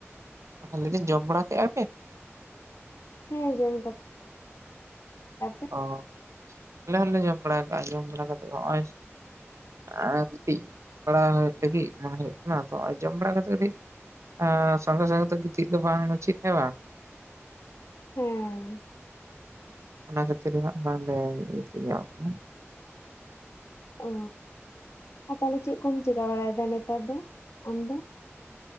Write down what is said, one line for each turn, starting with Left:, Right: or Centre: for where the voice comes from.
Right: ᱦᱮᱸ, ᱞᱟᱹᱭᱫᱟᱹᱧ ᱡᱚᱢ ᱵᱟᱲᱟ ᱠᱮᱜ-ᱟ ᱯᱮ?
Left: ᱦᱮᱸ ᱡᱚᱢ <unintelligible>
Right: ᱚ, ᱟᱞᱮ ᱦᱚᱸᱞᱮ ᱡᱚᱢ ᱵᱟᱲᱟ ᱠᱟᱜ-ᱟ, ᱡᱚᱢ ᱵᱟᱲᱟ ᱠᱟᱛᱮᱫ ᱦᱚᱸᱜ-ᱚᱭ ᱟᱨ ᱜᱤᱛᱤᱡ᱾ ᱵᱟᱲᱟ ᱞᱟᱹᱜᱤᱫ ᱢᱚᱱᱮ ᱦᱩᱭᱩᱜ ᱠᱟᱱᱟ ᱛᱚ, ᱡᱚᱢ ᱵᱟᱲᱟ ᱠᱟᱛᱮ ᱠᱟᱹᱴᱤᱡ ᱮᱸᱻ ᱥᱚᱸᱜᱮ ᱥᱚᱸᱜᱮ ᱛᱮ ᱜᱤᱛᱤᱡ ᱫᱚ ᱵᱟᱝ ᱩᱪᱤᱛ ᱦᱮᱸ ᱵᱟᱝ?
Left: ᱦᱩᱸ᱾
Right: ᱚᱱᱟ ᱠᱷᱟᱹᱛᱤᱨ ᱜᱮ ᱦᱟᱸᱜ ᱵᱟᱝᱞᱮ ᱜᱤᱛᱤᱡ ᱧᱚᱜ ᱠᱟᱱᱟ᱾
Left: ᱚ, ᱟᱨ ᱛᱟᱦᱞᱮ ᱪᱮᱫ ᱠᱚᱢ ᱪᱮᱠᱟ ᱵᱟᱲᱟᱭᱫᱟ ᱱᱮᱛᱟᱨ ᱫᱚ, ᱟᱢ ᱫᱚ?